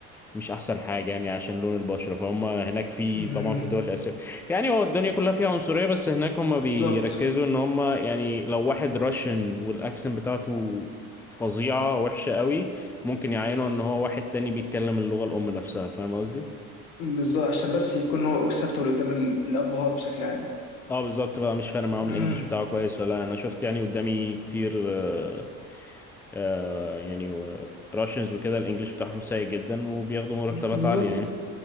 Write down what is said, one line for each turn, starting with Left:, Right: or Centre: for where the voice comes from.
Centre: مش احسن حاجه يعني عشان لون البشره فهم هناك في
Left: امم
Centre: طبعا في الدول الاسيويه يعني هو الدنيا كلها فيها عنصريه بس هناك هم
Left: بالظبط
Centre: بيركزوا ان هم يعني لو واحد راشن والاكسنت بتاعته فظيعه وحشه قوي ممكن يعينوا ان هو واحد تاني بيتكلم اللغه الام نفسها فاهم قصدي
Left: بالظبط عشان بس يكون هو اكسبتبل قدام ال- الابهات بشكل عام
Centre: اه بالظبط بقى مش فارق معاهم
Left: امم
Centre: الانجليش بتاعه كويس ولا انا شفت يعني قدامي كتير آه، آه، يعني آه، راشنز وكده الانجليش بتاعهم سيء جدا وبياخدوا مرتبات
Left: بالظبط
Centre: عاليه يعني